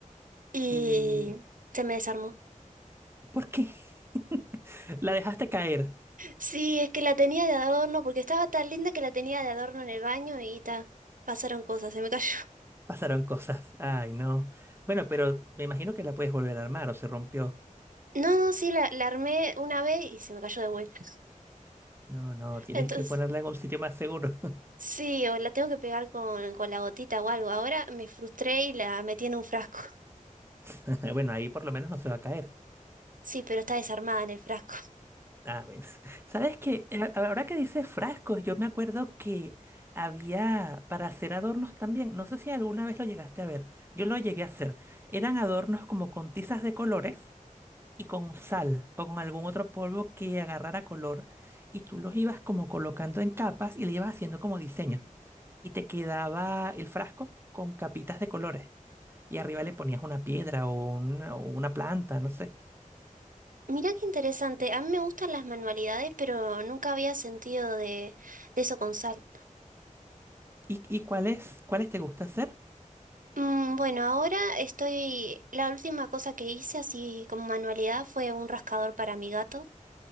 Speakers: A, on the right; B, on the right.
A: y
B: ¿Y
A: se me desarmó.
B: por qué? <laughs> La dejaste caer.
A: Sí, es que la tenía de adorno porque estaba tan linda que la tenía de adorno en el baño y ta, pasaron cosas, se me cayó. <laughs>
B: Pasaron cosas. Ay, no. Bueno, pero me imagino que la puedes volver a armar o se rompió.
A: No, no, sí, la, la armé una vez y se me cayó de vuelta.
B: No, no, tienes
A: Entonces...
B: que ponerla en un sitio más seguro.
A: Sí, o la tengo que pegar con, con la gotita o algo. Ahora me frustré y la metí en un frasco. <laughs>
B: <laughs> Bueno, ahí por lo menos no se va a caer.
A: Sí, pero está desarmada en el frasco.
B: Ah, bueno. <laughs> ¿Sabes qué? Eh, Ahora que dices frascos, yo me acuerdo que había para hacer adornos también. No sé si alguna vez lo llegaste a ver. Yo lo llegué a hacer. Eran adornos como con tizas de colores y con sal o con algún otro polvo que agarrara color. Y tú los ibas como colocando en capas y le ibas haciendo como diseño. Y te quedaba el frasco con capitas de colores. Y arriba le ponías una piedra o una, o una planta, no sé.
A: Mirá qué interesante. A mí me gustan las manualidades, pero nunca había sentido de, de eso con sal.
B: ¿Y, y cuáles, cuáles te gusta hacer?
A: Mm, bueno, ahora estoy... La última cosa que hice así como manualidad fue un rascador para mi gato